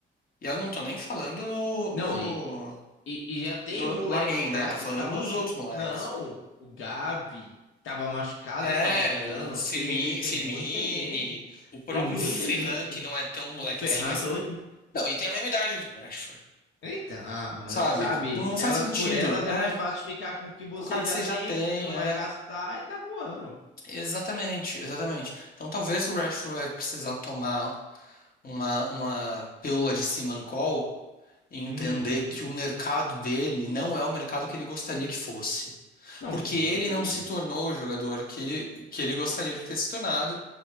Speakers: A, on the left; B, on the left.
A: E aí eu não tô nem falando no,
B: Não,
A: no,
B: e, e, e já tem
A: no
B: moleques
A: Lamine, né?
B: lá
A: Eu tô
B: que
A: falando
B: tava.
A: nos outros moleques.
B: Não, o Gabi tava machucado,
A: É,
B: tá voltando.
A: o Firmi,
B: O Pedro, e tem
A: Firmini,
B: muita gente.
A: o próprio
B: Tem muita
A: Ferran,
B: gente.
A: que não é tão moleque
B: O Ferran
A: assim, mas.
B: tá hoje.
A: Não, e tem a mesma idade que o Rashford,
B: Então,
A: sabe?
B: é, sabe,
A: Não faz
B: elas
A: sentido.
B: por elas é
A: É,
B: mais fácil ficar com o que você
A: com o cara
B: já
A: que você
B: tem,
A: já tem,
B: não vai
A: é.
B: gastar e tá voando.
A: Exatamente, exatamente. Então talvez o Rashford vai precisar tomar uma, uma pílula de Simancol e entender
B: Uhum.
A: que o mercado dele não é o mercado que ele gostaria que fosse.
B: Não,
A: Porque
B: completamente.
A: ele não se tornou o jogador que, que ele gostaria de ter se tornado